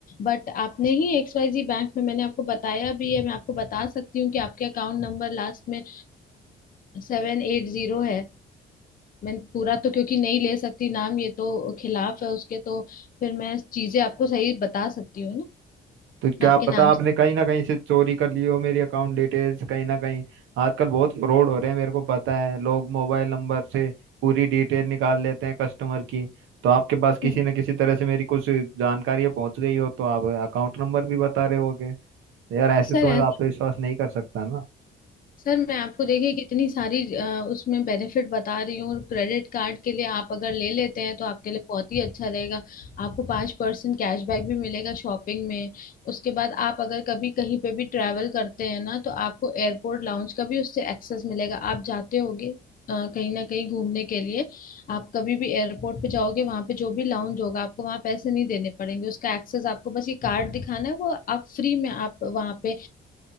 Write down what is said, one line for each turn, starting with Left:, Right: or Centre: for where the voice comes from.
Left: बट आपने ही एक्सवाईजी बैंक में मैंने आपको बताया भी है मैं आपको बता सकती हूँ कि आपके अकाउंट नंबर लास्ट में सेवन एट जीरो है मैं पूरा तो क्योंकि नहीं ले सकती नाम ये तो खिलाफ है उसके तो फिर मैं चीजें आपको सही बता सकती हूँ
Right: तो क्या
Left: ना आपके
Right: पता
Left: नाम
Right: आपने
Left: से
Right: कहीं ना कहीं से चोरी कर ली हो मेरी अकाउंट डिटेल्स कहीं ना कहीं आजकल बहुत फ्रॉड हो रहे हैं मेरे को पता है लोग मोबाइल नंबर से पूरी डिटेल निकाल लेते हैं कस्टमर की तो आपके पास किसी
Left: हम्म
Right: न किसी तरह से मेरी कुछ जानकारी पहुंच गई हो तो आप अकाउंट नंबर भी बता रहे होगे तो यार ऐसे
Left: सर
Right: तो मैं आप पे विश्वास नहीं कर सकता ना
Left: सर मैं आपको देखिए कितनी सारी अ, उसमें बेनिफिट बता रही हूँ और क्रेडिट कार्ड के लिए आप अगर ले लेते हैं तो आपके लिए बहुत ही अच्छा रहेगा आपको पाँच परसेंट कैशबैक भी मिलेगा शॉपिंग में उसके बाद आप अगर कभी कहीं पे भी ट्रैवल करते हैं ना तो आपको एयरपोर्ट लाउंज का भी उससे एक्सेस मिलेगा आप जाते होगे अ, कहीं ना कहीं घूमने के लिए आप कभी भी एयरपोर्ट पे जाओगे वहां पे जो भी लाउंज होगा आपको वहां पैसे नहीं देने पड़ेंगे उसका एक्सेस आपको बस ये कार्ड दिखाना है वो आप फ्री में आप वहां पे